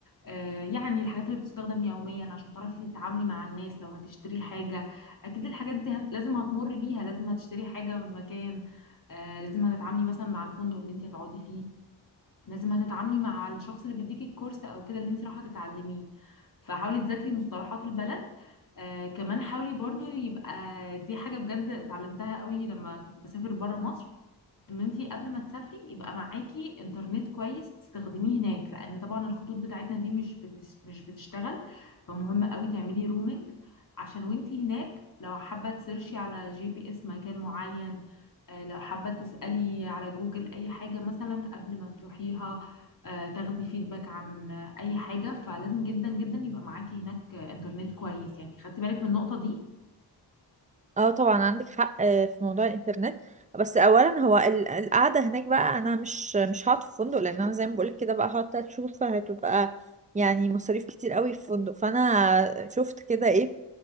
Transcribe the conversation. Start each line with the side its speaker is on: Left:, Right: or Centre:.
Left: آه، يعني الحاجات اللي بتستخدم يوميا عشان تعرفي تتعاملي مع الناس لو هتشتري حاجة أكيد الحاجات دي هت... لازم هتمر بيها لازم هتشتري حاجة من مكان آه، لازم هتتعاملي مثلا مع الفندق اللي انت هتقعدي فيه لازم هتتعاملي مع الشخص اللي بيديكي الكورس او كده اللي انت رايحه تتعلميه فحاولي تذاكري مصطلحات البلد آه كمان حاولي برضو يبقى دي حاجه بجد اتعلمتها قوي لما كنت بسافر بره مصر ان انت قبل ما تسافري يبقى معاكي انترنت كويس تستخدميه هناك لان طبعا الخطوط بتاعتنا دي مش بتش مش بتشتغل فمهم قوي تعملي رومينج عشان وانت هناك لو حابه تسيرشي على جي بي اس مكان معين آه، لو حابة تسألي على جوجل أي حاجة مثلا قبل ما تروحيها آه، تاخدي فيدباك عن آه، أي حاجة فلازم جدا جدا يبقى معاكي هناك آه، إنترنت كويس يعني خدتي بالك من النقطة دي؟
Right: اه طبعا عندك حق آه، في موضوع الانترنت بس اولا هو ال- القعده هناك بقى انا مش مش هقعد في فندق لان انا زي ما بقولك كده بقى هقعد تلات شهور فهتبقى يعني مصاريف كتير قوي في فندق فانا شفت كده ايه